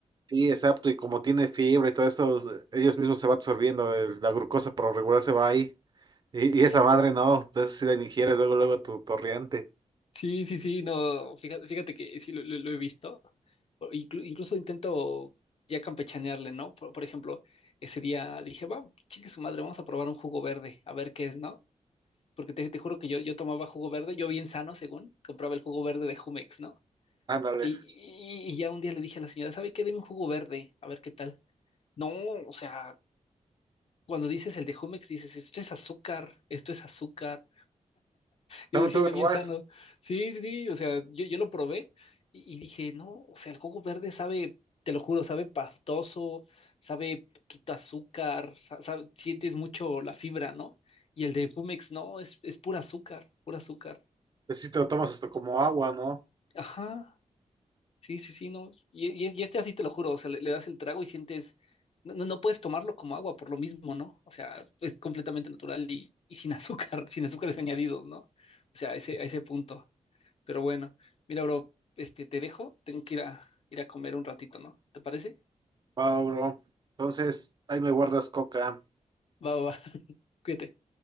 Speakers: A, on the right; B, on the left.
A: Sí, exacto, y como tiene fibra y todo eso, ellos mismos se va absorbiendo, eh, la glucosa por lo regular se va ahí. Y,
B: <laughs> Exacto.
A: y esa madre no, entonces si la ingieres luego, luego tu torriente.
B: Sí, sí, sí, no, fíjate, fíjate que sí lo, lo- lo he visto. O inclu- incluso intento ya campechanearle, ¿no? Por, por ejemplo, ese día dije, va, chingue su madre, vamos a probar un jugo verde, a ver qué es, ¿no? Porque te, te juro que yo, yo tomaba jugo verde, yo bien sano, según, compraba el jugo verde de Jumex, ¿no?
A: Ándale,
B: Y, y- y ya un día le dije a la señora, ¿sabe qué? Deme un jugo verde, a ver qué tal. No, o sea, cuando dices el de Jumex, dices, esto es azúcar, esto es azúcar. Yo
A: dame
B: decía
A: todo igual,
B: bien sano. Sí, sí, sí, o sea, yo, yo lo probé y, y dije, no, o sea, el coco verde sabe, te lo juro, sabe pastoso, sabe poquito azúcar, sa- sa- sientes mucho la fibra, ¿no? Y el de Pumex, no, es, es pura azúcar, pura azúcar.
A: pues si te lo tomas esto como agua, ¿no?
B: Ajá, sí, sí, sí, no. Y, y es- y este así te lo juro, o sea, le, le das el trago y sientes, no, no no puedes tomarlo como agua por lo mismo, ¿no? O sea, es completamente natural y, y sin azúcar, <laughs> sin azúcares añadidos, ¿no? O sea, a ese, a ese punto. Pero bueno, mira, bro, este, te dejo, tengo que ir a, ir a comer un ratito, ¿no? ¿Te parece?
A: Va, bro. Entonces, ahí me guardas coca.
B: Va, va, va, <laughs> cuídate.